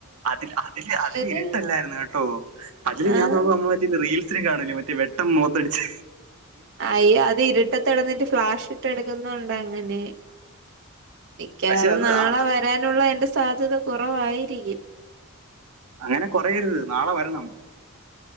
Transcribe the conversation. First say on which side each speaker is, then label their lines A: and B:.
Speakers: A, on the right; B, on the right.
A: അതി അതിൽ അതില്
B: ഒരു
A: ഇരുട്ടെല്ലായിരുന്നു കേട്ടോ അതില്
B: ആഹ്
A: ഞാൻ നോക്കും നമ്മ മറ്റ റീൽസിന് കാണൂലേ മറ്റ വെട്ടം മോത്തടിച്ച്
B: അയ്യോ അത് ഇരുട്ടെത്ത് കെടന്നിട്ട് ഫ്ലാഷ് ഇട്ട് എടുക്കുന്നേണ്ടാ അങ്ങനെ മിക്കവാറും
A: പക്ഷെ അത്
B: നാളെ
A: അ-
B: വരാനുള്ള എന്റെ സാധ്യത കുറവായിരിക്കും.
A: അങ്ങനെ കൊറയരുത് നാളെ വരണം.